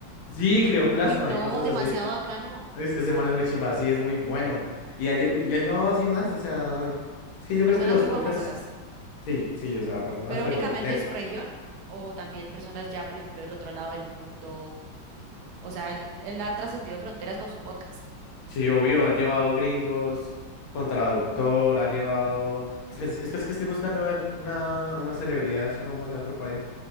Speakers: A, on the left; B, on the right.
A: Sí, creó plasma
B: Uy, no,
A: y cosas
B: demasiado
A: así.
B: bacano.
A: Es- Ese man es muy chimba, sí, es muy bueno. Y ha, lle- y ha llevado así más, o sea, es que yo
B: Personas
A: creo que los
B: muy
A: podcasts,
B: famosas,
A: sí, sí, o sea, personas,
B: pero
A: pero
B: únicamente
A: tesos.
B: de su región o también personas ya, por ejemplo, del otro lado del mundo. O sea, él, él ha trascendido fronteras con su podcast.
A: Sí, obvio, ha llevado gringos con traductor, ha llevado... Espera, es espera, es que estoy buscando ver una, una celebridad así famosa de otro país.